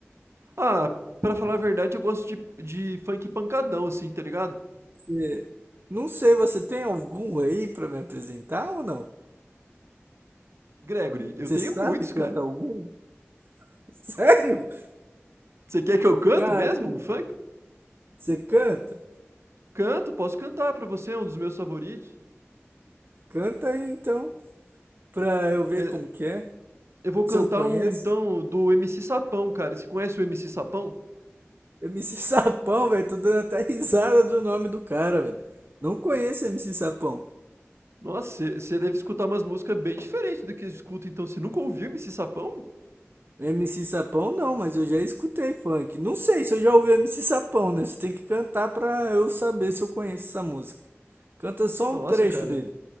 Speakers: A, on the right (about 70°); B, on the right (about 50°).
A: Ah, pra falar a verdade, eu gosto de, de funk pancadão, assim, tá ligado?
B: Você- não sei, você tem algum aí pra me apresentar ou não?
A: Gregory, eu
B: Você
A: tenho
B: sabe
A: muitos,
B: cantar
A: cara.
B: algum? <laughs> Sério?
A: Você quer que eu canto
B: Caramba,
A: mesmo um funk?
B: você canta?
A: Canto, posso cantar pra você, é um dos meus favoritos.
B: Canta aí então, pra eu ver
A: É,
B: como que é,
A: eu vou
B: se
A: cantar
B: eu conheço.
A: um, então, do MC Sapão, cara. Você conhece o MC Sapão?
B: MC <laughs> Sapão, velho. Tô dando até risada do nome do cara, velho. Não conheço MC Sapão.
A: Nossa, você deve escutar umas músicas bem diferentes do que eu escuto, então. Você nunca ouviu MC Sapão?
B: MC Sapão não, mas eu já escutei funk. Não sei se eu já ouvi MC Sapão, né? Você tem que cantar pra eu saber se eu conheço essa música. Canta só
A: Nossa,
B: um trecho
A: cara.
B: dele.